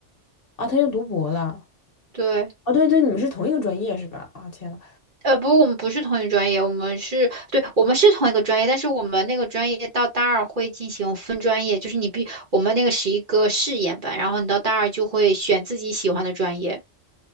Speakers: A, on the left (about 50°); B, on the right (about 45°).
A: 啊？他又读博了？
B: 对。
A: 哦，对对，你们是同一个专业是吧？啊，天呐。
B: 呃，不，我们不是同一专业，我们是，对，我们是同一个专业，但是我们那个专业到大二会进行分专业，就是你必，我们那个是一个试验班，然后你到大二就会选自己喜欢的专业。